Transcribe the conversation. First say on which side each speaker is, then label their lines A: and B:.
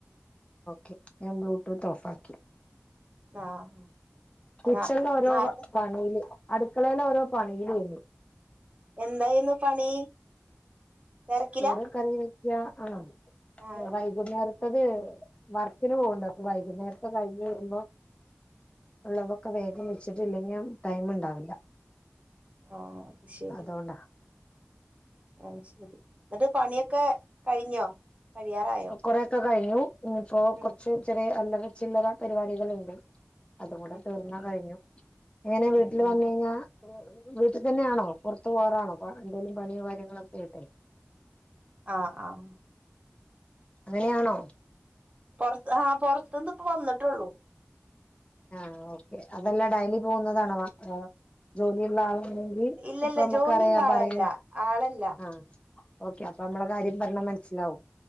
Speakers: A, on the left; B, on the right.
A: ഓക്കെ ഞാൻ ബ്ലൂടൂത്ത് ഓഫാക്കി
B: ആഹ്
A: കിച്ചണില്
B: ന
A: ഓരോ
B: നേർത്തെ
A: പണീല് അട്ക്കളേല് ഓരോ പണീലേനി
B: എന്തായിരുന്നു പണി തിരക്കില
A: ചോറ് കറി വെക്ക ആണോ
B: ആഹ്
A: വൈകുന്നേരത്തത് വർക്കിന് പോവ്ണ്ട് അപ്പോ വൈകുന്നേരത്തെ കഴ്ഞ്ഞ് വര്മ്പോ ഉള്ളതൊക്കെ വേഗം വെച്ചിട്ട്ല്ലെങ്കി ടൈമ് ഇണ്ടാവില്ല
B: ആഹ് അത് ശെരി
A: അതുകൊണ്ടാ
B: അത് ശെരി ഇന്നെട്ട് പണിയൊക്കെ കഴിഞ്ഞോ കഴിയാറായോ?
A: കൊറേക്കെ കഴിഞ്ഞു ഇനിയിപ്പോ
B: ഉം
A: കൊറച്ച് ചെറ്യേ അല്ലറ ചില്ലറ പരിപാടികള്ണ്ട്. അതും കൂടെ
B: ഉം
A: തീർന്നാ
B: ഉം
A: കഴിഞ്ഞു എങ്ങനെ വീട്ടില്
B: ഉം
A: വന്നഴിഞ്ഞാ
B: ഉം
A: വീട്ട് തന്നെയാണോ പൊറത്ത് പോവാറാണോ പ എന്തേലും പണിയോ കാര്യങ്ങളൊക്കെ ആയിട്ടെ
B: ആഹ് ആഹ്
A: അങ്ങനെയാണോ?
B: പൊറത്ത് ആഹ് പൊറത്ത്ന്ന് ഇപ്പ വന്ന്ട്ടൊള്ളൂ
A: ആഹ് ഓക്കെ അതല്ല ഡെയ്ലി പോവ്ന്നതാണോ വ വ ജോലിയുള്ള ആളെ ങ്കി
B: ഇല്ലല്ല
A: അപ്പ നമുക്കറിയ
B: ജോലില്ല ആളല്ല
A: പറയ്ണെ
B: ആളല്ല
A: ആഹ് ഓക്കെ അപ്പൊ നമ്മളെ കാര്യം പറഞ്ഞാ മനസ്സിലാവും.